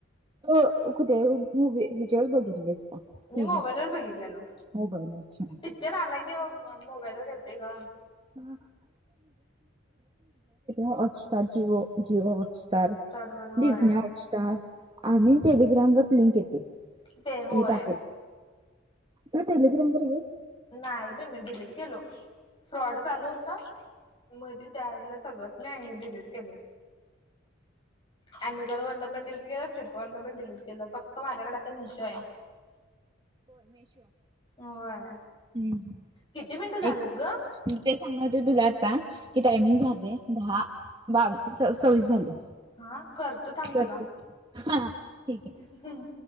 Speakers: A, on the right (about 25°); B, on the left (about 25°).
A: अ कुठे मूवी ह्याच्या बघितली आहेस का?
B: मी
A: टीव्ही
B: मोबाईल वर बघितलेलो
A: मोबाईल अच्छा
B: पिक्चर आला कि मोबाईल वर येते ग.
A: <unintelligible> हॉटस्टार जिओ जिओ हॉटस्टार डिज्नी
B: वर होय
A: हॉटस्टार. आणि टेलिग्रामवरर लिंक येते
B: ते होय
A: हे टाकायच तू टेलिग्राम वर आहेस?
B: नाही बाई मी डिलीट केलो. फ्रॉड चालू होता मध्ये त्यावेळेला सगळंच मी डिलीट केल. अमेझॉन वरन पण डिलीट केलं फ्लिपकार्टन पण डिलीट केलं फक्त माझ्याकडे आता मीशो आहे होय.
A: हम्म
B: किती मिनिटं झालीत
A: ऐक
B: ग
A: मी ते सांगणार होते तुला आता कि टायमिंग झाले. दहा बावी स सव्वीस झाले.
B: हा करतो थांब
A: करते
B: तुला.
A: हा ठीक. आहे
B: हम्म.